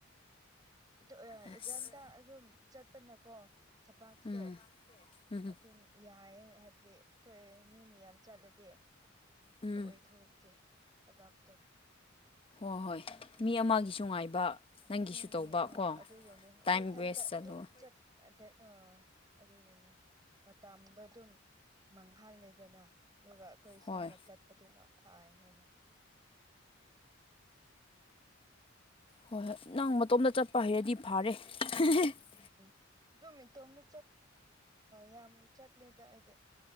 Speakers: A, on the right; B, on the left.
A: ꯏꯇꯣ
B: ꯑꯁ
A: ꯏꯊꯟꯇ ꯑꯗꯨꯝ ꯆꯠꯄꯅꯀꯣ ꯊꯕꯥꯛꯁꯦ
B: ꯎꯝ ꯎꯝ
A: ꯑꯗꯨꯝ ꯌꯥꯏ ꯍꯥꯏꯕꯗꯤ ꯑꯩꯈꯣꯏ ꯃꯤ ꯃꯌꯥꯝ ꯆꯠꯂꯗꯤ ꯑꯗꯨ
B: ꯎꯝ
A: ꯑꯣꯏꯊ‌ꯣꯛꯇꯦ ꯇꯕꯥꯛꯇꯣ
B: ꯍꯣ ꯍꯣꯏ ꯃꯤ ꯑꯃꯒꯤꯁꯨ ꯉꯥꯏꯕ ꯅꯪꯒꯤꯁꯨ
A: ꯎꯝ
B: ꯇꯧꯕ
A: ꯃꯤ ꯑꯥ
B: ꯀꯣ
A: ꯑꯗꯨꯒꯤꯅꯤ ꯑꯩꯈꯣꯏ
B: ꯇꯥꯏꯝ
A: ꯏꯊꯟꯇ
B: ꯋꯦꯁ
A: ꯑꯗꯨꯝ
B: ꯆꯠꯂꯣꯏ
A: ꯆꯠ ꯑꯟꯇꯦ ꯑ ꯑꯗꯨꯒꯤꯅꯦ ꯃꯇꯥꯝꯗꯣ ꯑꯗꯨꯝ ꯃꯥꯡꯍꯜꯂꯦꯗꯅ ꯑꯗꯨꯒ ꯑꯈꯣꯏ ꯏꯁꯥꯅ
B: ꯍꯣꯏ
A: ꯆꯠꯄꯗꯨꯅ ꯐꯥꯏ ꯍꯦꯟꯅ
B: ꯍꯣꯏ ꯍꯣꯏ ꯅꯪ ꯃꯇꯣꯝꯇ ꯆꯠꯄ ꯍꯩꯔꯗꯤ ꯐꯔꯦ <unintelligible>
A: ꯎꯝ ꯑꯗꯨꯝ ꯏꯇꯣꯝꯗ ꯌꯥꯝ ꯆꯠꯂꯦꯗ ꯑꯩꯗꯤ